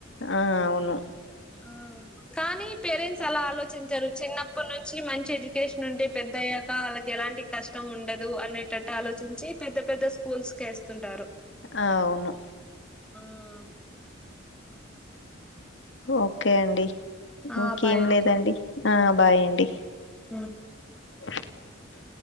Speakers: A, on the left; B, in the centre.
A: ఆ అవును <inaudible>
B: ఆ కానీ పేరెంట్స్ అలా ఆలోచించరు చిన్నప్పటి నుంచి మంచి ఎడ్యుకేషన్ ఉంటే పెద్ద అయ్యాక వాళ్ళకి ఎలాంటి కష్టం ఉండదు అనేటట్టు ఆలోచించి పెద్ద పెద్ద స్కూల్స్ కే వేస్తుంటారు
A: ఆ అవును
B: ఉ
A: ఓకే అండి
B: ఆ
A: ఇంకేం
B: బాయ్ అండి
A: లేదండి ఆ బాయ్ అండి
B: ఉ
A: <inaudible>